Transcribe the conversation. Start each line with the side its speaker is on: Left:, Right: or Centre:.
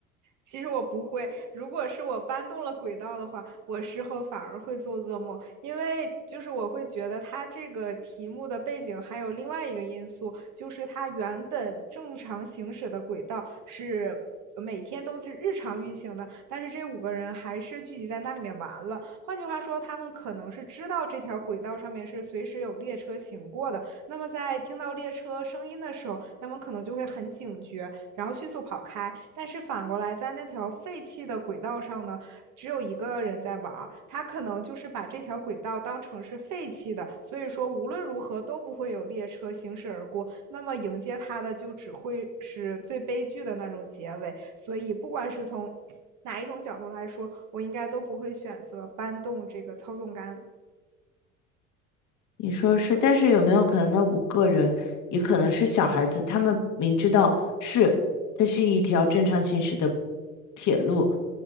Right: 其实我不会，如果是我搬动了轨道的话，我事后反而会做噩梦，因为就是我会觉得它这个题目的背景还有另外一个因素，就是它原本正常行驶的轨道是每天都是日常运行的，但是这五个人还是聚集在那里面玩了。换句话说，他们可能是知道这条轨道上面是随时有列车行过的，那么在听到列车声音的时候，他们可能就会很警觉，然后迅速跑开。但是反过来，在那条废弃的轨道上呢，只有一个人在玩儿，他可能就是把这条轨道当成是废弃的，所以说无论如何都不会有列车行驶而过。那么迎接他的就只会是最悲剧的那种结尾。所以不管是从 <coughs> 哪一种角度来说，我应该都不会选择搬动这个操纵杆。
Left: 你说是，但是有没有可能那五个人也可能是小孩子？他们明知道是这是一条正常行驶的铁路，